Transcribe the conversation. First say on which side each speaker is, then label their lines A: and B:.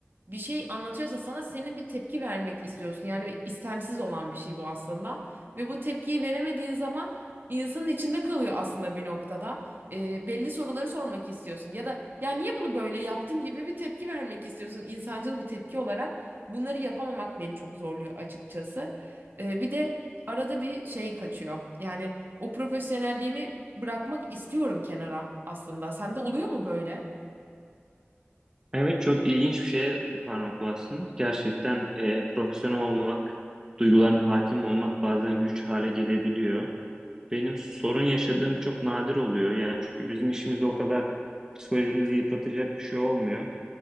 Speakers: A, on the right; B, on the right.
A: bir şey anlatıyorsa sana senin bir tepki vermek istiyorsun. Yani istemsiz olan bir şey bu aslında. Ve bu tepkiyi veremediğin zaman insanın içinde kalıyor aslında bir noktada. Ee, belli soruları sormak istiyorsun ya da ya niye bunu böyle yaptın gibi bir tepki vermek istiyorsun insancıl bir tepki olarak. Bunları yapamamak beni çok zorluyor açıkçası. Ee, bir de arada bir şey kaçıyor. Yani o profesyonelliğimi bırakmak istiyorum kenara aslında. Sende oluyor mu böyle?
B: Evet çok ilginç bir şeye parmak bastın. Gerçekten e, profesyonel olmak, duygularına hakim olmak bazen güç hale gelebiliyor. Benim sorun yaşadığım çok nadir oluyor. Yani çünkü bizim işimizde o kadar psikolojimizi yıpratacak bir şey olmuyor.